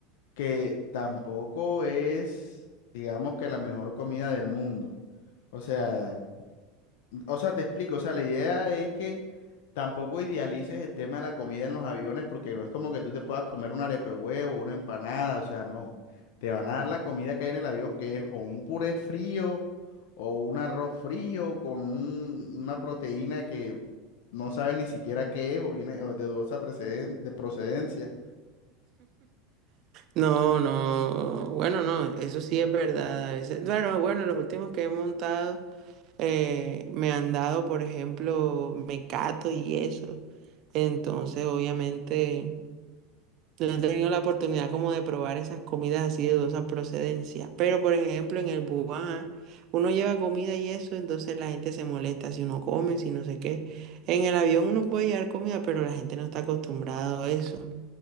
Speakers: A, on the left; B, on the right.
A: que tampoco es, digamos que la mejor comida del mundo. O sea, O sea, te explico, o sea, la idea es que tampoco idealices el tema de la comida en los aviones porque no es como que tú te puedas comer un arepe huevo, una empanada, o sea, no. Te van a dar la comida que hay en el avión, que es o un puré frío o un arroz frío con un- una proteína que no sabes ni siquiera qué es o viene o de dudosa preceden- de procedencia.
B: No, no, bueno, no, eso sí es verdad. A veces, bueno, bueno, los últimos que he montado eh, me han dado, por ejemplo, mecato y eso. Entonces, obviamente. No he tenido la oportunidad como de probar esas comidas así de dudosa procedencia. Pero, por ejemplo, en el Bubá, uno lleva comida y eso, entonces la gente se molesta si uno come, si no sé qué. En el avión uno puede llevar comida, pero la gente no está acostumbrada a eso.